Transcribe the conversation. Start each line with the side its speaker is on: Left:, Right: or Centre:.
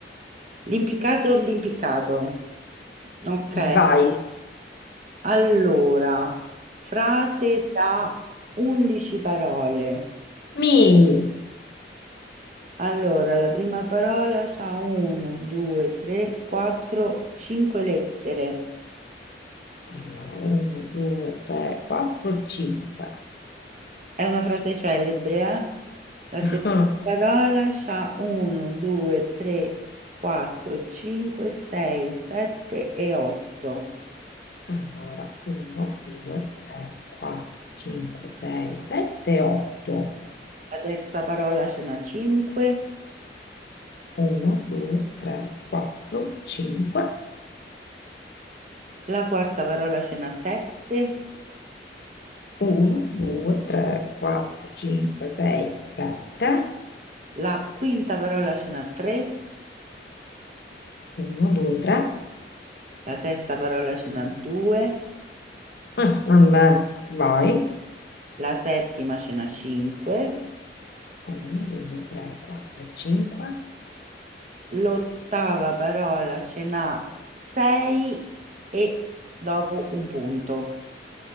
Right: L'impiccato, l'impiccato. Ok,
Left: Vai.
Right: allora, frase da 11 parole.
Left: Mi.
Right: Allora, la prima parola ha 1, 2, 3, 4, 5 lettere.
Left: Allora, 1, 2, 3, 4, 5.
Right: È una frase celebre, eh? La
Left: <laughs>
Right: seconda parola c'ha 1, 2, 3, 4, 5, 6, 7 e 8.
Left: Allora, 1, 2, 3, 4, 5, 6, 7, 8.
Right: La terza parola ce n'ha 5,
Left: 1, 2, 3, 4, 5.
Right: la quarta parola ce n'ha 7,
Left: 1, 2, 3, 4, 5, 6, 7.
Right: la quinta parola ce n'ha 3,
Left: 1, 2, 3.
Right: la sesta parola ce n'ha 2,
Left: Ah, vabbè, vai.
Right: la settima ce n'ha 5,
Left: 1, 2, 3, 4, 5,
Right: l'ottava parola ce n'ha 6 e dopo un punto.